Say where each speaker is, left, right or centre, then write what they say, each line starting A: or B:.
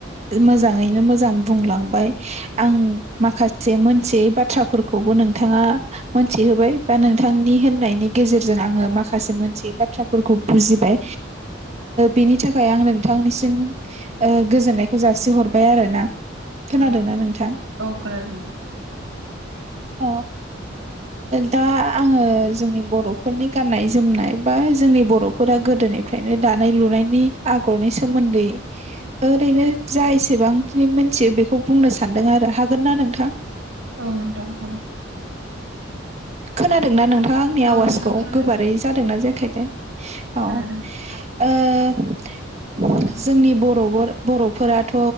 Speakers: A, on the right; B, on the right.
A: मोजाङैनो मोजां बुंलांबाय आं माखासे मोनथियै बाथ्राफोरखौबो नों नोंथांआ मोनथिहोबाय बा नोंथांनि होननायनि गेजेरजों आंङो माखासे माखासे मोनसे बाथ्राफोरखौ बुजिबाय बेनि थाखाय आं नोंथांनिसिम गोजोननायखौ जासिहरबाय आरो ना खोनादोंना
B: ओ
A: नोंथां
B: औ खोनादों नोंथां
A: औ दा आङो जोंनि बर'फोरनि गाननाय जोमनाय बा जोंनि बर'फोरा गोदोनिफ्रायनो दानाय लुनायनि आगरनि सोमोन्दै ओरैनो जा एसेबांखिनि मोनथियो बेखौ बुंनो सानदों आरो हागोन ना नोंथां
B: औ नोंथां हागोन
A: खोनादोंना नोंथाङा आंनि
B: औ
A: आवाजखौ
B: नोंथां खोनादों
A: गोबारै जादोंना जेखायद औ
B: खोनादों
A: ओ जोंनि बर' बर'फोराथ'